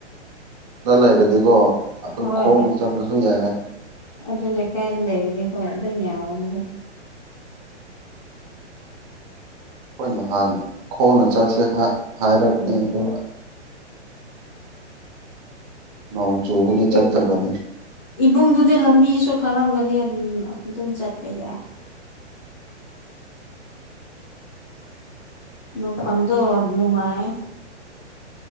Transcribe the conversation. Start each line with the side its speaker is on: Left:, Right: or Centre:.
Right: ꯗ ꯂꯩꯔ ꯀꯣ ꯑ
Left: ꯍꯣꯏ
Right: ꯈꯣꯆꯔꯂꯁꯨ ꯌꯥꯏ
Left: ꯑꯗꯨ ꯂꯩꯀꯥꯏꯗ ꯂꯩꯔꯗꯤ ꯍꯣꯏ ꯑꯗꯨꯝ ꯌꯥꯒꯅꯤꯗ
Right: ꯑꯩꯈꯣꯏ ꯅꯍꯥꯟ ꯈꯣꯡꯅ ꯆꯠꯁꯦ ꯍꯥꯏꯔꯕꯅꯦ ꯑꯗꯣ ꯅꯣꯡ ꯆꯨꯕꯒꯤ
Left: ꯑꯩ
Right: ꯆꯠꯇꯕꯅꯤ
Left: ꯏꯕꯨꯡꯗꯨꯗꯤ ꯂꯝꯕꯤꯁꯨ ꯈꯪꯔꯝꯒꯅꯤ ꯎꯝ ꯑꯗꯨꯝ ꯆꯠꯄ ꯌꯥꯏ ꯃꯐꯝꯗꯣ ꯅꯨꯡꯉꯥꯏ